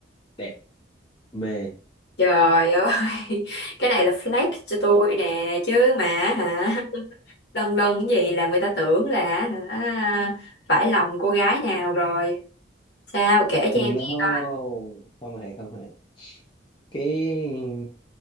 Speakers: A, on the left; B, on the left.
A: đẹp mê
B: Trời ơi, <laughs> cái này là flex cho tôi nè, chứ mà hả? Lân lân cái gì làm người ta tưởng là hả? Phải lòng cô gái nào rồi. Sao kể
A: no
B: cho em nghe.
A: không hề không hề cái